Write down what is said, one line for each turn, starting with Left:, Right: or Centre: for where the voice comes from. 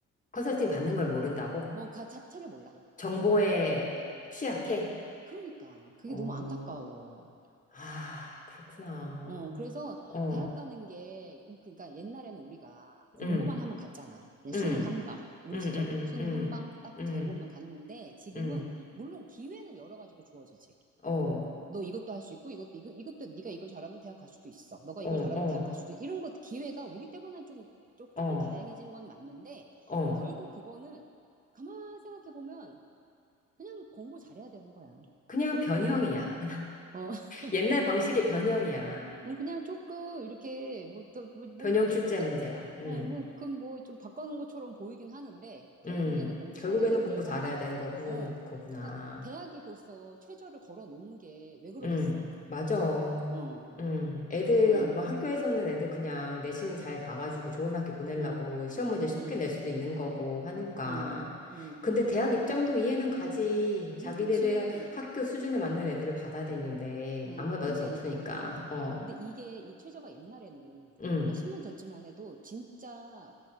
Left: 컨설팅 받는 걸 모른다고?
Right: 뭐가 자체를 몰라.
Left: 정보에 취약해?
Right: 그러니까 그게
Left: 어,
Right: 너무 안타까워.
Left: 아, 그렇구나.
Right: 어 그래서
Left: 어,
Right: 대학 가는 게 그러니까 옛날에는 우리가 공부만
Left: 음,
Right: 하면 갔잖아. 그냥
Left: 음,
Right: 수능 한 방. 우리
Left: 음, 음,
Right: 시절 수능
Left: 음, 음,
Right: 한방 딱
Left: 음, 음.
Right: 잘 보면 갔는데 지금은
Left: 음.
Right: 물론 기회는 여러 가지가 주어지지.
Left: 어,
Right: 너 이것도 할 수 있고 이것도 이거 이것도 네가 이걸 잘하면 대학 갈 수도 있어. 너가 이걸
Left: 어, 어,
Right: 잘하면 대학 갈 수도 있- 이런 것 기회가 우리 때보다는 좀 조- 조금
Left: 어,
Right: 다양해진 건 맞는데
Left: 어.
Right: 결국 그거는 가만 생각해 보면 그냥 공부 잘해야 되는 거야.
Left: 그냥 변형이야.
Right: 어, <laughs>
Left: 옛날 방식의 변형이야.
Right: 음, 그냥 조금 이렇게 뭐또뭐 뭐뭐
Left: 변형
Right: 이렇게
Left: 출제
Right: 이렇게
Left: 문제야. 음,
Right: 어, 그럼 뭐좀 바꿔놓은 것처럼 보이긴 하는데 결국에는
Left: 음.
Right: 공부
Left: 결국에는
Right: 잘하는
Left: 공부
Right: 애들 뽑는
Left: 잘해야
Right: 거야.
Left: 되는 거구,
Right: 어,
Left: 거구나.
Right: 그러니까 대학이 벌써 최저를 걸어 놓은 게 왜 그러겠어.
Left: 음, 맞아.
Right: 어,
Left: 음, 애들,
Right: 응,
Left: 뭐 학교에서는 애들 그냥 내신 잘 봐가지고 좋은 학교 보내려고
Right: 응,
Left: 시험 문제 쉽게
Right: 응.
Left: 낼 수도 있는 거고 하니까.
Right: 음, 음,
Left: 근데 대학 입장도 이해는 가지. 자기네들
Right: 음, 그치.
Left: 학교 수준에 맞는 애들을 받아야 되는데,
Right: 음,
Left: 아무나 받을
Right: 근데
Left: 수 없으니까.
Right: 이, 음,
Left: 어,
Right: 근데 이게 이 최저가 옛날에는
Left: 음,
Right: 한 10년 전쯤만 해도 진짜